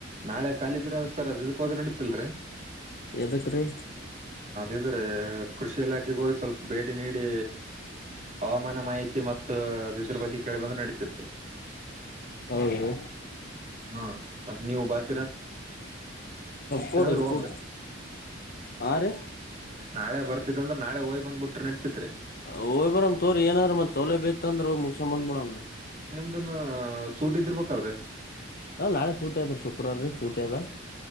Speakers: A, on the right; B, on the left.
A: ನಾಳೆ ಖಾಲಿದ್ರ ಸರ್ ಅದ್ ಇದಕ್ ಹೋದ ನಡೀತಿಲ್ರಿ
B: ಎದಕ್ಕ ರೀ
A: ಇದ್ರೆ ಕೃಷಿ ಇಲಾಖೆೆಗೆ ಹೋಗಿ ಸ್ವಲ್ಪ ಭೇಟಿ ನೀಡಿ ಹವಾಮಾನ ಮಾಹಿತಿ ಮತ್ತು ಅದ ಇದ್ರ ಬಗ್ಗೆ ಕೇಳಿ ಬಂದ್ರೆ ನಡೀತಿತ
B: ಹೌದು
A: ಹ್ಮ ಮತ್ತೆ ನೀವು ಬಂದ
B: ಕೂಡ
A: ಅಂದ್ರ ಹೋಗಂಬ್ರಿ
B: ಕೂಡ ಹಾ ರೀ
A: ನಾಳೆ ಬರ್ತ ಅಂದ್ರ ನಳೆ ಹೋಗ್ ಬಂದ ಬಿಟ್ರೆ ನಡತತ್ರಿ
B: ಹೋಗಿ ಯ್ ಬರ್ ತೋರಿ ಏನಾರ ಮತ್ ಸೌಲಭ್ಯ ಬತ್ ಅಂದ್ರ್ ಮುಗುಸ್ಕೊ ಬಂದ್ಬೋಡ್ರಿ
A: ಅದನ್ನ ಸೂಟಿ ಇದ್ದಿರ್ಬೇಕಲ್ರರಿ
B: ಹ ನಾಳೆ ಸೂಟಿ ಅದ್ರೀ ಶುಕ್ರವಾರ ರೀ ಸೂಟಿ ಅದ